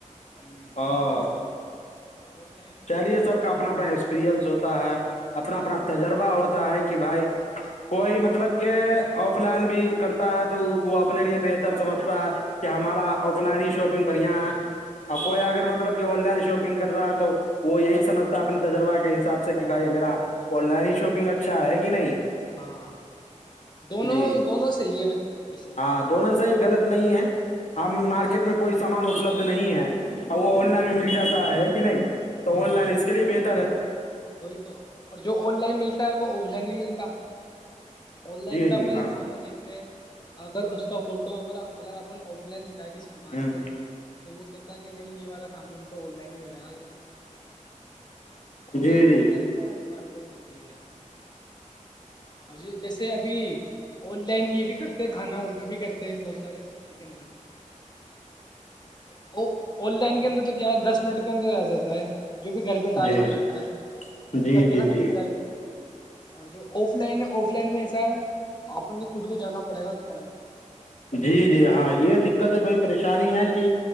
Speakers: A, on the left; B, on the left.
A: کرنے کے
B: ہاں
A: لیے اب آن لائن
B: چلیے
A: میں کون
B: سب
A: کیا
B: کا اپنا اپنا
A: کرے
B: ایکسپیرئنس
A: گا آن لائن
B: ہوتا
A: پڑتا
B: ہے اپنا اپنا
A: ہے پھر
B: تجربہ ہوتا ہے کہ بھائی
A: تو
B: کوئی مطلب کہ آف لائن بھی کرتا ہے تو وہ اپنے لیے بہتر سمجھتا ہے کہ ہمارا آف لائن ہی شاپنگ بڑھیا ہے اور کوئی
A: وہی
B: اگر مطلب کہ لش گ کر رہا تھا وہ یہی سمجتا اپنے تجربہ کے حساب سے کہ بھ میرا
A: تو
B: آن لائن ہی شاپنگ اچھا اچھا ہے کہ نہیں
A: ہاں دونوں
B: جی
A: دونوں صحیح ہے ویسے
B: ہاں
A: تو
B: دونوں سےی غلط نہیں ہے ہمب
A: دونوں
B: مارکیٹ
A: غلط
B: میں
A: نہیں
B: کوئی سامان اپلبد نہیں ہے ا وہ آن لائن میں مل جاتا ہے کہ نہیں
A: گا
B: آن
A: ہاں
B: لائن
A: اور
B: اس کے لیے بہتر ہے
A: وہی تو اور جو آن لائن ملتا ہے وہ آف لائن نہیں ملتا آن لائن
B: جی
A: میں
B: جی
A: اپن
B: ہاں
A: سامان دیکھتے ہیں اگر اس کا فوٹو ا اگر اپ آف لائن دکھایا کسی دکان
B: ہ
A: پہ تو وہ کہتا ہے کہ نہیں یہ والا سامان تو آن لائن ہی ملے گا یہ
B: جی
A: یہلنٹرت
B: جی
A: کیاا دکان کو کیے جاتا اور جیسے ابھی اولی ن یہ بھی کرتے ہیںھانا آرڈر بھی کرتے ہیں بہت سارے س کے اندر آن لائن کے اندر تو کیا ہے دس منٹ کے اندر آ جاتا ہے جو بھی گھر بیٹھا
B: جی
A: آ جاتا ہے
B: جی
A: جیسے کرتے
B: جی
A: نا
B: جی
A: پیا اور جو ا لائن آف لائن میں ایسا ہے آپ ل خود کو جانا پڑ گا دکان پہ
B: جی جی ہاں یہ دقت ہے تھوڑی پریشانی ہے کہ